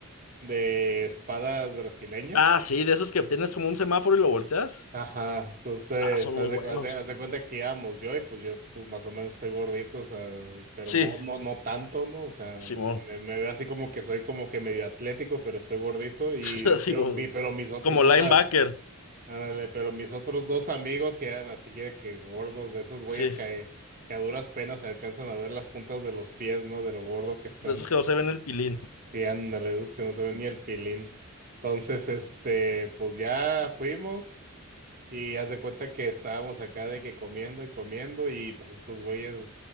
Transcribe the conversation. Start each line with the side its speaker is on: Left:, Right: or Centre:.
Right: De espadas brasileñas.
Left: Ah, sí, de esos que tienes como un semáforo y lo volteas.
Right: Ajá, entonces,
Left: Ah, son muy
Right: haz
Left: buenos.
Right: de, cu- haz de- haz de cuenta que íbamos yo y pues yo pues más o menos estoy gordito, o sea, pero
Left: Sí,
Right: no, no, no tanto, ¿no? O sea,
Left: Simón.
Right: me, me veo así como que soy como que medio atlético, pero estoy gordito y,
Left: <laughs> Simón.
Right: pero, mi, pero mis otros
Left: Como
Right: dos,
Left: linebacker.
Right: a- ándale, pero mis otros dos amigos sí eran así de que gordos, de esos güeyes
Left: Sí,
Right: que, que a duras penas alcanzan a ver las puntas de los pies, ¿no? De lo gordo que están.
Left: de esos que no se ven el pilín.
Right: Sí, ándale, de esos que no se ven ni el pilín. Entonces, este, pues ya fuimos. Y haz de cuenta que estábamos acá de que comiendo y comiendo y pues estos güeyes,